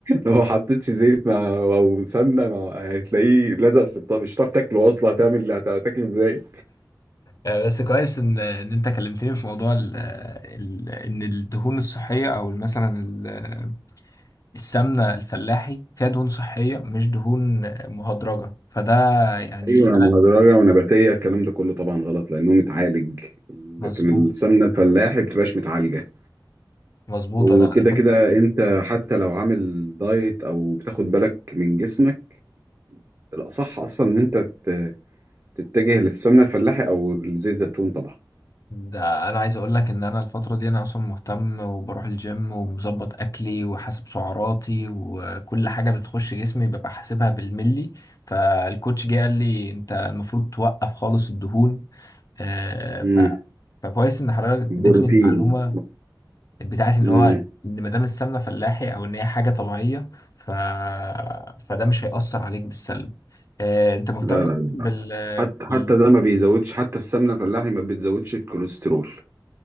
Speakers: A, on the right; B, on the left.
A: لو ما حطيتش زيت مع او سمنه مع... هتلاقيه لزق في الطاسه مش هتعرف تاكله اصلا هتعمل هتاكله ازاي
B: آه، بس كويس ان ان انت كلمتني في موضوع ال ال ان الدهون الصحيه او مثلا ال- السمنه الفلاحي فيها دهون صحيه مش دهون مهدرجه فده يعني
A: ايوه
B: انا
A: مهدرجه ونباتيه الكلام ده كله طبعا غلط لانه متعالج
B: مظبوط
A: لكن السمنه الفلاحي بتبقاش متعالجه
B: مظبوط
A: وكده
B: انا انا كنت
A: كده انت حتى لو عامل دايت او بتاخد بالك من جسمك الاصح اصلا ان انت ت- تتجه للسمنه الفلاحي او لزيت زيتون طبعا
B: ده انا عايز اقول لك ان انا الفتره دي انا اصلا مهتم وبروح الجيم ومظبط اكلي وحاسب سعراتي وكل حاجه بتخش جسمي ببقى حاسبها بالملي فالكوتش جه قال لي انت المفروض توقف خالص الدهون آه، ف...
A: امم
B: فكويس ان حضرتك اديتني
A: بروتين
B: المعلومه بتاعت ان
A: امم
B: هو ان ما دام السمنه فلاحي او ان هي حاجه طبيعيه ف... فده مش هيأثر عليك بالسلب آه، انت مهتم
A: لا لا لا
B: بال...
A: لا. حتى حتى
B: بال...
A: ده ما بيزودش حتى السمنه الفلاحي ما بتزودش الكوليسترول